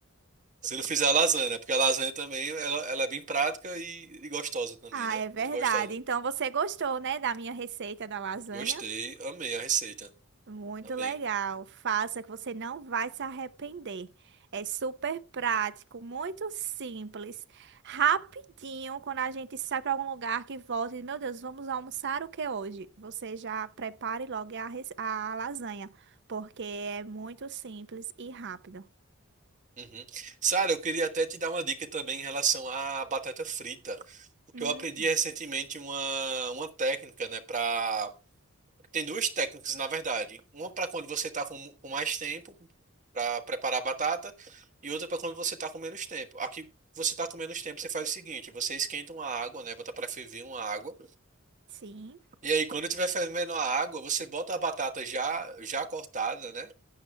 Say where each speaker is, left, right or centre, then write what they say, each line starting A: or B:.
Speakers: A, on the right; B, on the right.
A: Se não fizer a lasanha, né? porque a lasanha também ela, ela é bem prática e, e gostosa também,
B: Ah,
A: né?
B: é verdade.
A: Muito gostosa.
B: Então você gostou, né, da minha receita da lasanha?
A: Gostei, amei a receita.
B: Muito
A: Amei.
B: legal. Faça que você não vai se arrepender. É super prático, muito simples, rapidinho. Quando a gente sai para algum lugar que volta e, diz, meu Deus, vamos almoçar o que hoje? Você já prepare logo a, res- a lasanha, porque é muito simples e rápido.
A: Uhum. Sara, eu queria até te dar uma dica também em relação à batata frita. Porque
B: Hum,
A: eu aprendi recentemente uma, uma técnica, né, para Tem duas técnicas, na verdade. Uma para quando você tá com, com mais tempo para preparar a batata e outra para quando você tá com menos tempo. Aqui você tá com menos tempo, você faz o seguinte, você esquenta uma água, né, bota para ferver uma água.
B: sim.
A: E aí quando tiver fervendo a água, você bota a batata já já cortada, né?